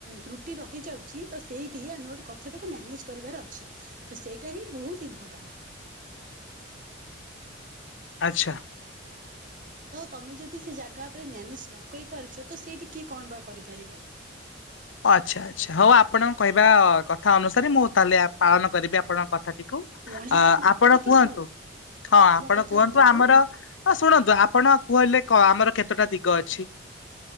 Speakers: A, on the right; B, on the left.
A: ତ୍ରୁଟି ରହିଯାଉଛି ତସେଇଠି ଆମେ ଗୋଟେ କଥାଟାକୁ ମାନେଜ କରିବାର ଅଛି ତସେଇଟା ହିଁ ବହୁତ୍ ଇମ୍ପୋର୍ଟାଣ୍ଟ।
B: ଆଚ୍ଛା।
A: ତତମେ ଯଦି ସେଜାଗା ଉପରେ ମ୍ୟାନେଜ ନକରିପାରୁଛ ତସେଇଠି କିଏ କଣବା କରିପାରିବ।
B: ଆଚ୍ଛା ଆଚ୍ଛା ହଉ ଆପଣଙ୍କ କହିବା କଥା ଅନୁସାରେ ମୁଁ ତାହେଲେ ଆପ୍ ପାଳନ କରିବି ଆପଣଙ୍କ କଥାଟିକୁ
A: ମଣିଷ
B: ଆଁ
A: ମାତ୍ରେକେ
B: ଆପଣ କୁହନ୍ତୁ।
A: ଭୁଲ
B: ହଁ ଆପଣ
A: ମୋ କଥା
B: କୁହନ୍ତୁ
A: ଶୁଣନ୍ତୁ
B: ଆମର ଶୁଣନ୍ତୁ ଆପଣ କୁହିଲେ ଆମର କେତେଟା ଦିଗ ଅଛି?